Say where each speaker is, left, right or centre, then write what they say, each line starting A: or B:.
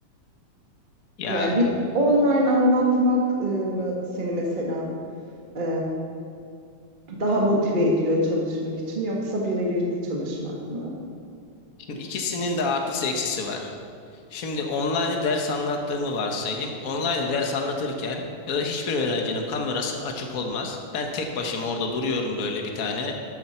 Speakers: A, on the left; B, on the right.
A: Ya
B: Yani bir online anlatmak e, mı seni mesela e, daha motive ediyor çalışmak için yoksa birebir de çalışmak mı?
A: Şimdi ikisinin de artısı eksisi var. Şimdi online ders anlattığımı varsayayım. Online ders anlatırken e, hiçbir öğrencinin kamerası açık olmaz. Ben tek başıma orada duruyorum böyle bir tane